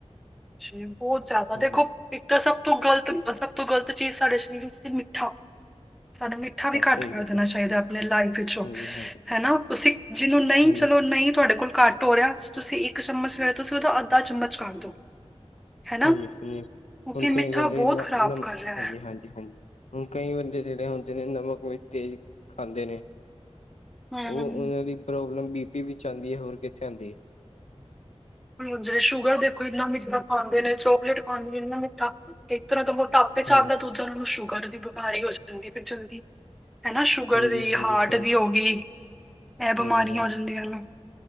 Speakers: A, in the centre; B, on the left.
A: ਹੂੰ, ਬੋਤ ਜਾਦਾ
B: ਹਾਂਜੀ
A: ਦੇਖੋ ਇੱਕ ਤਾਂ ਸਭ ਤੋਂ ਗ਼ਲਤ, ਸਭ ਤੋਂ ਗ਼ਲਤ ਚੀਜ਼ ਸਾਡੇ ਸਰੀਰ ਵਿੱਚ ਸੀ ਮਿੱਠਾ। ਸਾਨੂੰ ਮਿੱਠਾ ਵੀ ਘੱਟ
B: ਸਹੀ
A: ਕਰ
B: ਗੱਲ
A: ਦੇਣਾ
B: ਹੈ
A: ਚਾਹੀਦਾ ਆਪਣੇ ਲਾਈਫ ਵਿੱਚੋਂ।
B: ਹਾਂਜੀ ਹਾਂਜੀ
A: ਹੈਨਾ, ਤੁਸੀਂ ਜਿਹਨੂੰ ਨਹੀਂ,
B: ਹਾਂਜੀ
A: ਚਲੋ ਨਹੀਂ ਤੁਹਾਡੇ ਕੋਲ ਘੱਟ ਹੋ ਰਯਾ, ਤੁਸੀਂ ਇੱਕ ਚਮਚ ਬਜਾਏ ਤੁਸੀਂ ਓਦਾ ਅੱਧਾ ਚਮਚ ਕਰ ਦੋ। ਹਨਾ?
B: ਹਾਂਜੀ ਹੂੰ,
A: ਕਿਉਂਕਿ
B: ਹੁਨ
A: ਮਿੱਠਾ
B: ਕਈ ਬੰਦੇ
A: ਬਹੁਤ
B: ਇੰਨਾ
A: ਖ਼ਰਾਬ
B: <unintelligible>
A: ਕਰ ਰਿਹਾ ਹੈ।
B: ਹਾਂਜੀ, ਹਾਂਜੀ, ਹਾਂਜੀ ਹੁਨ ਕਈ ਬੰਦੇ ਜਿਹੜੇ ਹੁੰਦੇ ਨੇ, ਨਮਕ ਮਿਰਚ ਤੇਜ਼ ਖਾਂਦੇ ਨੇ।
A: ਹੂੰ।
B: ਉਹ ਉਹਨਾਂ ਦੀ ਪ੍ਰੋਬਲਮ ਬੀ ਪੀ ਵਿੱਚ ਆਂਦੀ ਹੈ ਹੋਰ ਕਿੱਥੇ ਆਂਦੀ।
A: ਹੂੰ, ਜੇ ਸ਼ੂਗਰ ਦੇਖੋ ਇੰਨਾ ਮਿੱਠਾ ਖਾਂਦੇ ਨੇ, ਚੋਕਲੇਟ ਖਾਨਗੇ ਇੰਨਾ ਮਿੱਠਾ ਤੇ ਇੱਕ ਤਰ੍ਹਾਂ ਦਾ ਮੋਟਾਪਾ ਇਸ ਹਿਸਾਬ
B: ਹਾਂਜੀ
A: ਨਾਲ ਦੂਜਾ ਉਹਨਾਂ ਨੂੰ ਸ਼ੂਗਰ ਦੀ ਬਿਮਾਰੀ ਹੋ ਜਾਂਦੀ ਫਿਰ ਜਲਦੀ। ਹੈਨਾ ਸ਼ੂਗਰ
B: ਹਾਂਜੀ
A: ਦੀ,
B: ਹਾਂਜੀ
A: ਹਾਰਟ
B: ਹਾਂਜੀ
A: ਦੀ ਹੋ ਗੀ, ਐ
B: ਹਾਂਜੀ
A: ਬਿਮਾਰੀਆਂ
B: ਹਾਂਜੀ
A: ਹੋ ਜਾਂਦੀ ਓਨੁ।